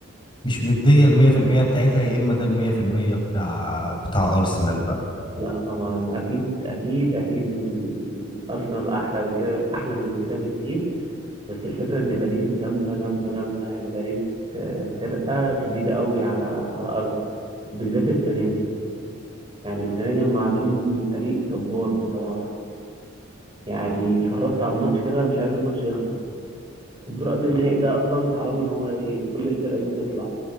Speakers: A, on the left; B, on the right.
A: مش مدية ال 100% بتاعتها يا اما ده ال 100% بتاع بتاع ارسنال بقى
B: لا طبعا اكيد اكيد اكيد ال- الارسنال احلى من كده احلى من كده بكتير بس الفكره ان باريس جامده جامده جامده يعني باريس آه، فرقه شديده قوي على على ارسنال بالذات السنه دي يعني السنه دي هم عاملين فريق جبار بصراحه يعني اتفرجت على الماتش كده مش عايز الماتش يخلص الدور قبل النهائي ده اصلا حرام ان هو ي- كل الفرق دي تطلع